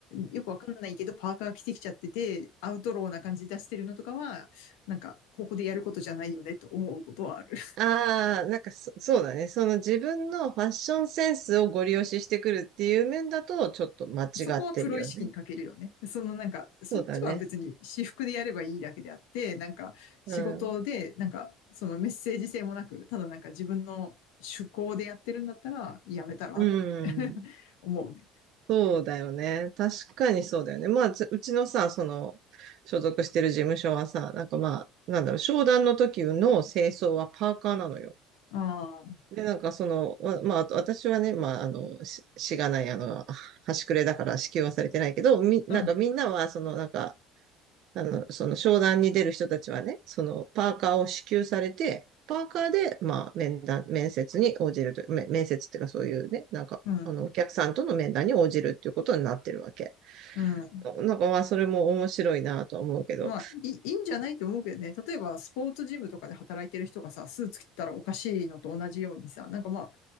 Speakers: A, on the left; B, on the right.
A: よくわかんないけどパーカー着てきちゃってて、アウトローな感じ出してるのとかは、なんかここでやることじゃないよねと思うことはある。
B: ああ、なんかそ、そうだね。その自分のファッションセンスをご利用ししてくるっていう面だと、ちょっと間違ってるよね。
A: そこはプロ意識に欠けるよね。そのなんか、そっちは別に私服でやればいいだけであって、
B: そうだね。
A: なんか仕事で、
B: うん。
A: なんかそのメッセージ性もなく、ただなんか自分の趣向でやってるんだったら、やめたらって
B: うん。
A: <laughs> 思うね。
B: そうだよね。確かにそうだよね。まあ、つうちのさ、その、所属してる事務所はさ、なんかまあ、なんだろう、商談の時の清掃はパーカーなのよ。
A: ああ、
B: で、なんかその、わまあ、あと私はね、まあ、あの、し、しがない、あの、端くれだから支給はされてないけど、み、
A: うん、
B: なんかみんなは、その、なんか、あの、その商談に出る人たちはね、その、パーカーを支給されて、パーカーで、まあ、面談、面接に応じると、め面接っていうかそういうね、なんか、
A: うん、
B: あの、お客さんとの面談に応じるっていうことになってるわけ。
A: うん。
B: なんかまあ、それも面白いなとは思うけど。
A: まあ、いい、いいんじゃないと思うけどね。例えば、スポーツジムとかで働いてる人がさ、スーツ着てたらおかしいのと同じようにさ、なんかま